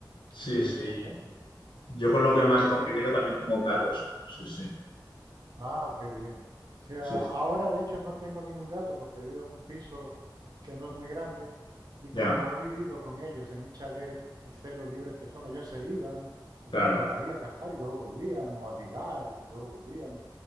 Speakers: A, on the left (about 85°); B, on the right (about 55°).
A: Sí,
B: y muy
A: sí.
B: inteligentes.
A: Yo con lo que
B: Entonces
A: más he convivido
B: sí,
A: también son con gatos. Sí, sí.
B: Ah, qué bien. O sea,
A: Sí,
B: ahora
A: sí.
B: de hecho no tengo ningún gato porque vivo en un piso que no es muy grande y como
A: ya,
B: he vivido con ellos en un chalet y sé lo libres que son, ellos se iban y
A: claro,
B: por ahí a cazar y luego volvían o a ligar y luego volvían.